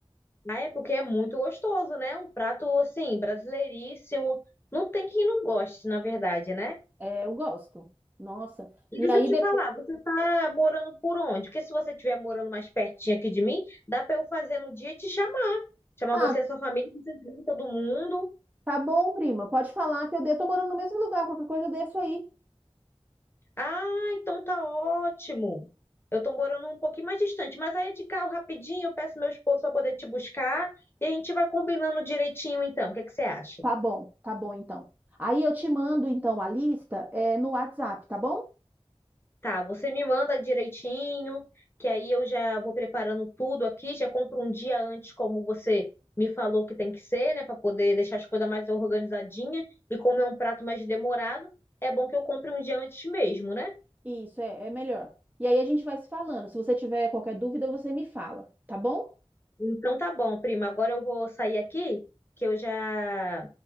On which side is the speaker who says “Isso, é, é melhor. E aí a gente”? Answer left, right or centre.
Right